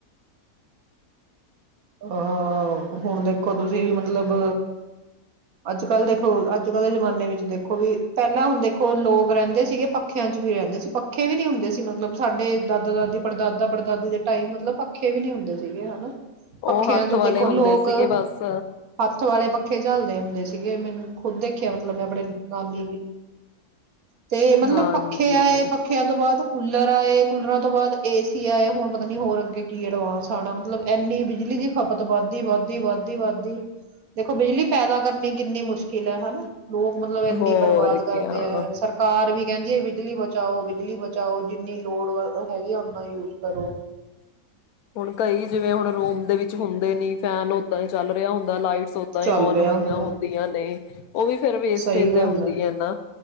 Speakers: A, on the right; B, on the left.
A: ਅਹ ਹੁਣ ਦੇਖੋ ਤੁਸੀਂ ਵੀ ਮਤਲਬ ਅੱਜ ਕੱਲ ਦੇਖੋ ਅੱਜ ਕੱਲ੍ਹ ਦੇ ਜਮਾਨੇ ਵਿੱਚ ਦੇਖੋ ਵੀ ਪਹਿਲਾਂ ਹੁਣ ਦੇਖੋ ਲੋਕ ਰਹਿੰਦੇ ਸੀਗੇ ਪੱਖਿਆਂ ਚ ਵੀ ਰਹਿੰਦੇ ਸੀ ਪੱਖੇ ਵੀ ਨੀ ਹੁੰਦੇ ਸੀ ਮਤਲਬ ਸਾਡੇ ਦਾਦਾ ਦਾਦੀ ਪੜਦਾਦਾ ਪੜਦਾਦੀ ਦੇ ਟਾਈਮ ਮਤਲਬ ਪੱਖੇ ਵੀ ਨਹੀਂੀ ਹੁੰਦੇ ਸੀਗੇ ਹਨਾ
B: ਉਹ
A: ਪੱਖਿਆਂ
B: ਹੱਥ
A: ਤੋਂ
B: ਵਾਲੇ
A: ਦੇਖੋ
B: ਹੁੰਦੇ
A: ਲੋਕ
B: ਸੀਗੇ ਬਸ
A: ਹੱਥ ਵਾਲੇ ਪੱਖੇ ਝਲਦੇ ਹੁੰਦੇ ਸੀਗੇ ਮੈਨੂੰ ਖੁੱਦ ਦੇਖਿਆ ਮਤਲਬ ਮੈਂ ਆਪੜਣੇ ਨਾਮੀ ਦੀ ਤੇ ਮਤਲਬ
B: ਹਾਂਜੀ
A: ਪੱਖੇ ਆਏ ਪੱਖਿਆਂ ਤੋਂ ਬਾਅਦ ਕੂਲਰ ਆਏ ਕੂਲਰਾਂ ਤੋਂ ਬਾਅਦ ਏਸੀ ਆਏ ਹੁਣ ਪਤਾ ਨੀ ਹੋਰ ਅੱਗੇ ਕੀ ਐਡਵਾਂਸ ਆਉਣਾ ਮਤਲਬ ਐੰਨੀ ਬਿਜਲੀ ਦੀ ਖਪਤ ਵੱਦੀ ਵੱਦੀ ਵੱਦੀ ਵੱਧਦੀ ਦੇਖੋ ਬਿਜਲੀ ਪੈਦਾ ਕਰਨੀ ਕਿੰਨੀ ਮੁਸ਼ਕਿਲ ਹੈ ਹਨਾ ਲੋਕ ਮਤਲਬ ਇੰਨੀ
B: ਹੋਰ
A: ਬਰਬਾਦ ਕਰਦੇ
B: ਕਿਆ।
A: ਹੈ ਸਰਕਾਰ ਵੀ ਕਹਿੰਦੀ ਆ ਬਿਜਲੀ ਬਚਾਓ ਬਿਜਲੀ ਬਚਾਓ ਜਿੰਨੀ ਲੋੜ ਹੈਗੀ ਓਨਾ ਯੂਜ ਕਰੋ
B: ਹੁਣ ਕਈ ਜਿਵੇਂ ਹੁਣ ਰੋਮ ਦੇ ਵਿੱਚ ਹੁੰਦੇ ਨੇ ਫੈਨ ਓਦਾਂ ਹੀ ਚੱਲ ਰਿਹਾ ਹੁੰਦਾ ਲਾਈਟਸ ਓਦਾਂ
A: ਚੱਲ
B: ਹੀ ਔਨ
A: ਰਿਹਾ
B: ਹੋਈਆਂ
A: ਹੁੰਦਾ
B: ਹੁੰਦੀਆਂ ਨੇ ਉਹ ਵੀ ਫੇਿਰ ਵੇਸਟੇਜ
A: ਸਹੀ
B: ਦੇ
A: ਗੱਲ
B: ਹੁੰਦੀ ਆ ਨਾ